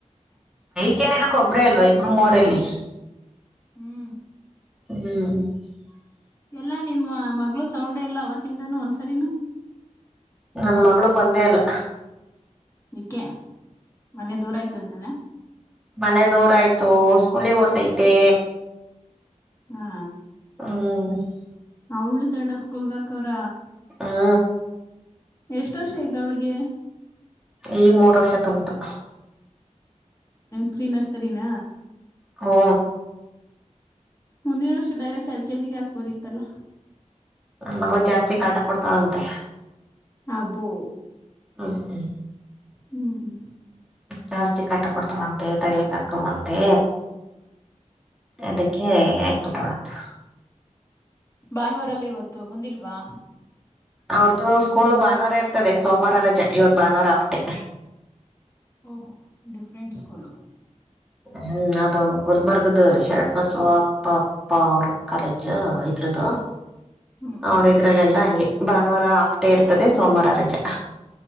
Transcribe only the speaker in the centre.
ಏನ್ ಇದಕ್ಕೊಬ್ಬ್ರೇ ಅಲ್ವಾ ಇಬ್ಬರು ಮೋರಲ್ಲಿ
ಹ್ಮ್
ನನ್ ಮಗಳು ಬಂದೇ ಇಲ್ಲ
ಮನೆ ದೂರ ಆಯ್ತು ಸ್ಕೂಲಗ್ ಓ್ತೈತಿ
ಹ್ಮ
ಹಾ
ಈ ಮೂರು ವರ್ಷ ತುಮಟು
ಹಾ
ಮಗಳುಳ ಜಾಸ್ತಿ ಕಾಟ ಕೊಡ್ತಾಳಂತೆ
ಹ್ಮ ಹ
ಜಾಸ್ತಿ ಕಾಟ ಕೊಡ್ತಾಳಂತೆ ತಡಿಯ ುವಂತೆ ಅದಕ್ಕೆ ಆಯಕ್ಬಿಟ್ಟೋಡುತ್ತ
ಅವ್ರ್ದು ಸ್ಕೂಲ್ ಭಾನುವಾರ ಇರ್ತದೆ ಸೋಮವಾರ ರಜೆ ಇವತ್ ಭಾನುವಾರ ಅಫ್ಟೇ
ಹ್ಮ್ ಅದು ಗುಲ್ಮರ್ಗ್ದ ಶರಣ್ ಬಸವಾ ಅಪ್ಪಾಪ್ಪ ಕಾಲೇಜ್ ಇದ್ರದು
ಅವ್ರ ಇದ್ರಲ್ಲೆಲ್ಲಾ ಹಂಗೆ ಭಾನುವಾರ ಹಾಫ್ ಡೇ ಇರ್ತದೆ ಸೋಮರ ರಜ